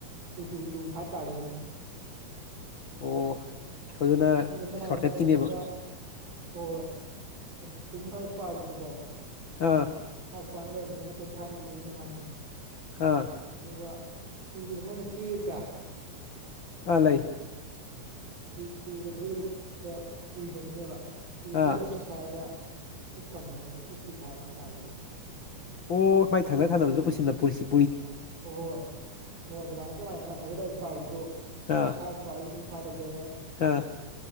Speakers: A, on the right (about 90°); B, on the left (about 65°).
A: ꯇꯨ ꯇꯨ ꯇꯨ ꯐꯥꯞ ꯇꯥꯗꯣꯏꯅꯦꯕ
B: ꯑꯣ ꯁꯣꯏꯗꯨꯅ
A: ꯑꯗꯨꯒ ꯆꯞ ꯃꯥꯟꯅꯅ
B: ꯁꯣꯔꯠꯀꯠꯀꯤꯅꯦꯕ
A: ꯑꯃꯨꯛꯀ ꯍꯣꯏ ꯍꯣꯏ ꯇ꯭ꯋꯦꯟꯇꯤ ꯐꯥꯏꯚ ꯏꯁꯀ꯭ꯋꯥꯔꯁꯤꯁꯨ ꯀꯣ
B: ꯍꯥ
A: ꯂꯣꯏꯕꯅꯤꯅ ꯇ꯭ꯋꯦꯟꯇꯤ ꯐꯥꯏꯚ ꯏꯕꯤꯔꯅꯤ ꯍꯥꯟꯅ
B: ꯑꯥ
A: ꯑꯗꯨꯒ ꯇꯨꯒꯤ ꯃꯊꯪꯗ ꯊ꯭ꯔꯤ ꯂꯩꯇ‌꯭ꯔꯥ
B: ꯑꯥ ꯂꯩ
A: ꯑꯗꯨꯗꯤ ꯇꯨꯒ ꯊ꯭ꯔꯤꯒꯗꯨ ꯄꯨꯔꯤꯅꯗꫭꯏꯅꯦꯕ ꯇꯨ ꯊ꯭ꯔꯤ
B: ꯑꯥ
A: ꯖꯥ ꯁꯤꯛꯁ ꯍꯥꯏꯔꯒ ꯁꯤꯛꯁ ꯊꯝꯗꯣꯏꯅꯦꯕ ꯁꯤꯛꯁ ꯇꯨ ꯐꯥꯏꯚ ꯑꯅ ꯇꯥꯗꫭꯏꯕ
B: ꯑꯣ ꯃꯥꯏ ꯊꯪꯅ ꯊꯪꯅꯕꯨꯗ ꯄꯨꯁꯤꯟꯅ ꯄꯨꯁꯤꯟ
A: ꯍꯣꯏ ꯍꯣꯏ ꯍꯣꯏ ꯑꯗꯨꯃꯥꯏꯅ ꯆꯞ ꯃꯅꯅ ꯊꯥꯔꯇꯤ ꯐꯥꯏꯚ ꯏꯁꯀ꯭ꯋꯥꯔꯁꯤꯁꯨ
B: ꯑꯥ
A: ꯐꯥꯏꯚ ꯏꯁꯀ꯭ꯋꯥꯔꯒꯤ ꯇ꯭ꯋꯦꯟꯇꯤ ꯐꯥꯏꯚ ꯖꯔꯦ
B: ꯑꯥ